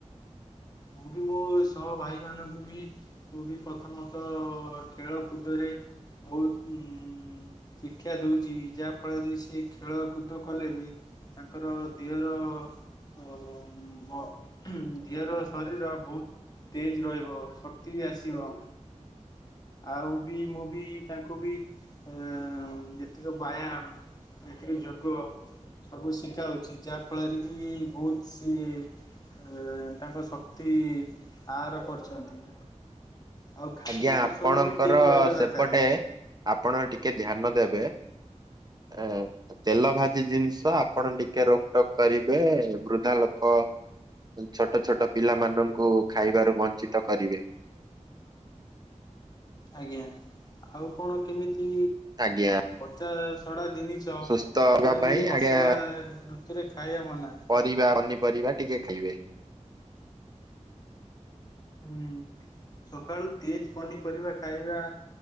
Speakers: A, on the left; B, on the right.
A: ମୁଁ ବି ମୋ ସହ ଭାଇ ମାନଙ୍କୁ ବି। ମୁଁ ବି ପ୍ରଥମତଃ ଖେଳ କୁଦରେ ବହୁତ ଉଁ। ଶିକ୍ଷା ଦଉଛି ଯାହା ଫଳରେ ସିଏ ଖେଳକୁଦ କଲେ ବି। ତାଙ୍କର ଧିଅର ଅଁ ବ ଧିଅର। ଶରୀର ବହୁତ ତେଜ ରହିବ ଶକ୍ତି ବି ଆସିବ। ଆଉ ବି ମୁଁ ବି ତାଙ୍କୁ ବି ଏ ଆଁ ଯେତିକ ବାୟାମ। ଯେତିକ ଯୋଗ। ସବୁ ଶିଖା ହଉଛି ଯାହା ଫଳରେ କି ବହୁତ ସିଏ ଏ ତାଙ୍କ ଶ କ୍ତି ଆହାର କରୁଛନ୍ତି। ଆଉ ଖାଦ୍ୟ
B: ଆଜ୍ଞା ଆପଣଙ୍କର
A: ପୋଷଣ ବି ଠିକ୍ ରହିବା
B: ସେପଟେ
A: ଦରକାର
B: ଆପଣ ଟିକେ ଧ୍ୟାନ ଦେବେ। ଅଁ। ତେଲ ଭାଜି ଜିନିଷ ଆପଣ ଟିକେ ରୋକ୍ ଟକ୍ କରିବେ ବୃଦ୍ଧା ଲୋକ। ଛୋଟ ଛୋଟ ପିଲାମାନଙ୍କୁ ଖାଇବାରୁ ବଞ୍ଚିତ କରିବେ।
A: ଆଜ୍ଞା ଆଉ କଣ କେମିତି
B: ଆଜ୍ଞା।
A: ପଚା ସଡ଼ା ଜିନିଷ
B: ସୁସ୍ଥ ହେବା
A: ଆପଣ
B: ପାଇଁ
A: ବି ବର୍ଷା
B: ଆଜ୍ଞା
A: ଋତୁରେ ଖାଇବା ମନା।
B: ପିଇବା ପନିପରିବା ଟିକେ ଖାଇବେ।
A: ହୁଁ ସକାଳୁ ତେଜ ପନିପରିବା ଖାଇବା